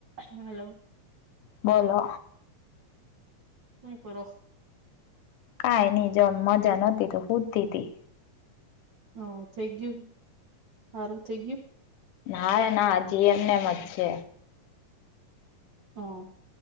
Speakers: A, on the right; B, on the left.
A: હલો.
B: બોલો.
A: હુ કરો?
B: કાઈ ની જો મજા નતી તો હુતીતી.
A: હ થય ગ્યુ હારું થ્ય ગ્યુ?
B: નારે ના હજી એમનેમ જ છે.
A: હો